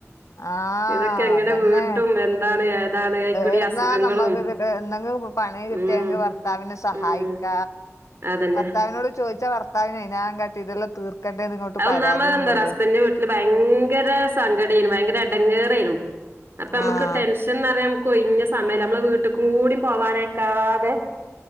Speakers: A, on the left; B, on the right.
A: ആ
B: ഇതൊക്കെ എങ്ങനെ
A: അതന്നെ
B: വീട്ടും എന്താണ് ഏതാണ് അയിക്കൂടി
A: എടുന്നാ
B: അസുഖങ്ങളും
A: നമ്മുക്ക് കി എന്തെങ്കിലും പണി കിട്ടിയെങ്കിൽ
B: ഉം
A: പറഞ്ഞ് ഭർത്താവിനെ സഹായിക്ക
B: ഉം അതന്നെ
A: ഭർത്താവിനോട് ചോദിച്ചാ ഭർത്താവിന ഇതിനാംകട്ടി ഇതുള്ള തീർ പക്കണ്ടേ ഇങ്ങോട്ട്
B: അത്
A: പരാതിയും
B: ഒന്നാമത് എന്താറിയോ
A: പറ
B: ഹസ്ബൻഡിന്റെ വീട്ടില് ഭയങ്കര സങ്കടെന്നു ഭയങ്കര ഇടങ്ങേരെ ണു നക്ക്
A: ആഹ്
B: ടെ പക്ഷന്നറിയ നമക്ക് കൊയിഞ്ഞ സമയം നമ്മളെ വീട്ടുക്കും കൂടി പോവാനക്കാതെ